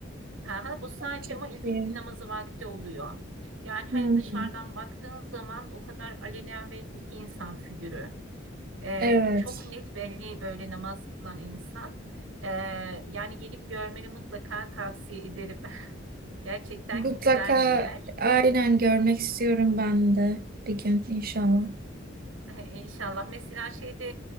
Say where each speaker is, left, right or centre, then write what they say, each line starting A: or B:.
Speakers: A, on the right (about 85°); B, on the right (about 50°).
A: Ha, ha, bu sadece
B: çok
A: ama ilkindi
B: iyi.
A: namazı vakti oluyor. Yani hani
B: Hmm.
A: dışarıdan baktığın zaman o kadar alenen belli ki insan figürü. Ee,
B: Evet.
A: çok net belli böyle namaz kılan insan. Ee, yani gelip görmeni mutlaka tavsiye ederim. <laughs> Gerçekten
B: Mutlaka
A: güzel bir yer.
B: aynen görmek istiyorum ben de bir gün inşallah.
A: Ay, İnşallah. Mesela şeyde